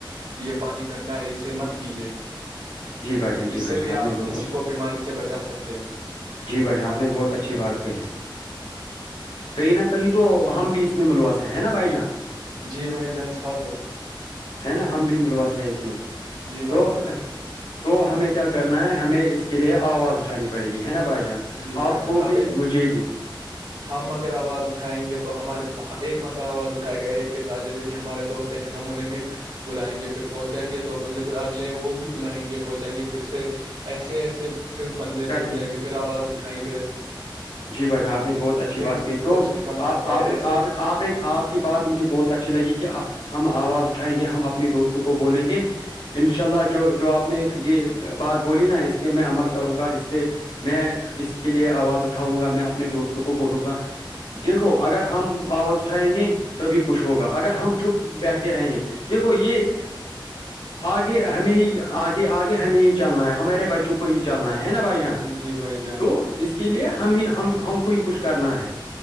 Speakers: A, on the right; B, on the left.
A: یہ پانی گندا ہے اسے مت پیے
B: جی بھائی جان جی
A: اس
B: بھائی
A: سے
B: جان
A: بھی آپ
B: نے بہت
A: کسی کو بیماری سے بچا سکتے ہو
B: جی بھائی جان آپ نے بہت اچھی بات کہی کہیں نہ کہیں تو ہم بھی اس میں ملوث ہیں نا بائی جان
A: جی بھائی جان سب
B: ہے نا ہم بھی ملوث ہیں اس میں
A: جی
B: تو
A: بھائی جان
B: تو ہمیں کیا کرنا ہے ہمیں اس کے لیے آواز اٹھانی پڑے گی ہے نا بھائی جان
A: جی بھائی
B: آپ کو
A: جان
B: بھی
A: اب
B: مجھے بھی
A: ہم اگر آواز اٹھ اٹھائیں گے تو ہمارے سا ایک بندہ آواز اٹھائے گا ایک کے ساتھ جیسے کہ ہمارے دوست ہیں پھر ہم انہیں بھی بلائیں گے پھر ہو جائیں گے دو بندے پھر آگ لے وہ بھی بلائیں گے ہو جائیں گے پھر سے ایسے ایسے پھر بندے
B: کر
A: بن
B: کے
A: جائیں گے پھر آواز اٹھائیں گے پھر
B: جی بھائی نے آپ نے بہت اچھی
A: پھر
B: بات
A: ہی
B: کہ تو
A: کچھ بن
B: آپ
A: سکتا
B: آپ
A: ہے
B: نے
A: ایسے
B: آپ آپ اپنے آپ کی بات مجھے بہت اچھی لگی کہ ہم آواز اٹھائیں گے ہم اپنے دوستوں کو بولیں گے ان شاء اللہ جو جو آپ نے یہ بات بولی نا اس پہ میں عمل کروں گا اس پہ میں اس کے لیے آواز اٹھاؤں گا میں اپنے دوستوں کو بولوں گا دیکھو اگر ہم آواز اٹھائیں گے تبھی کچھ ہوگا اگر ہم چپ بیٹھ کے رہیں گے دیکھو یہ آگے ہمیں ہی آگے آگے ہمیں ہی چلنا ہے ہمارے بچوں کو کو ہی چلنا ہے ہے نا بھائی جان
A: جی بھائی جان
B: تو اس کے لیے ہم ہم ہم کو ہی کچھ کرنا ہے